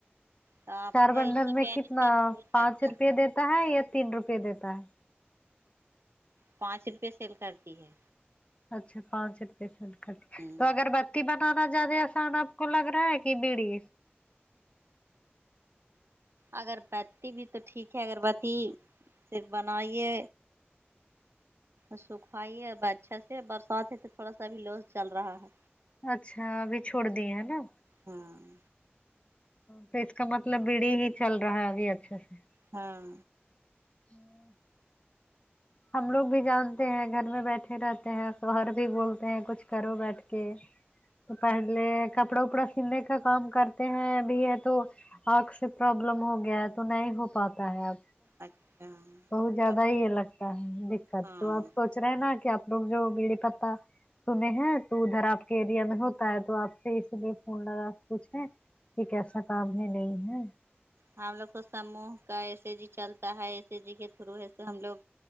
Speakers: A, on the right (about 75°); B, on the left (about 30°).
A: تو آپ
B: چار
A: کا
B: بنڈل
A: اس سے
B: میں
A: بینیفٹ
B: کتنا
A: ہو سکتا
B: پانچ
A: ہے
B: روپے دیتا ہے یا تین روپے دیتا ہے
A: پانچ روپئے سیل کرتی ہے
B: اچھا پانچ روپے سیل کرتی
A: ہ
B: تو اگر بت تی بنانا زیادہ آسان آپ کو لگ رہا ہے کی بیڑی
A: اگر بتی بھی تو ٹھیک ہے اگربتی صرف بنائیے سکھائی ہے اب اچھا سے برسات ہے تو تھوڑا سا ابھی لوس چل رہا ہے
B: اچھا ابھی چھوڑ دیے ہے نا
A: ہاں
B: تو اس کا مطلب بڑی ہی چل رہا ہے ابھی اچھے سے
A: ہاں
B: ہمم ہم لوگ بھی جانتے ہیں گھر میں بیٹھے رہتے ہیں شوہر بھی بولتے ہیں کچھ کرو بیٹھ کے تو پہلے کپڑا وپڑا سنے کا کام کرتے ہیں ابھی ہے تو آنکھ سے پرابلم ہو گیا ہے تو نہیں ہو پاتا ہے اب
A: اچھا
B: بہت زیادہ
A: ارے
B: ہی یے لگتا ہے دقت
A: ہاں
B: تو آپ کو سوچ رہے نا کہ آپ لوگ جو بیڑی پتا سنے ہیں تو ادھر آپ کے ایریا میں ہوتا ہے تو آپ سے اسی لیے فون لگا پوچھیں یے کیسا کام ہے نہیں ہے
A: ہم لوگ کو سموہ کا ایس ای جی چلتا ہے ایس ای جی کے تھرو ایسے ہم لوگ